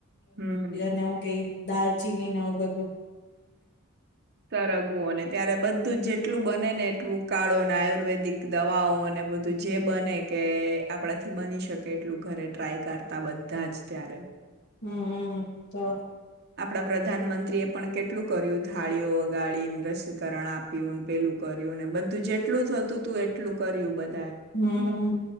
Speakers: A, on the right; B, on the left.
A: હમ
B: ના <unintelligible> કઈ દાલચીનીને બધું
A: સરગવું અને ત્યારે બધું જેટલું બને ને એટલું કાળોને આયુર્વેદિક દવાઓને બધું જે બને કે આપણાથી બની શકે એટલું ઘરે ટ્રાય કરતા બધા જ ત્યારે.
B: હમ્મ હમ્મ, તો.
A: આપડા પ્રધાનમંત્રીએ પણ કેટલું કર્યું થાળીઓ વગાડીને, રસીકરણ આપ્યુંને, પેલું કર્યું ને બધું જેટલું થતું તું એટલું કર્યું બધ
B: હમ્મ,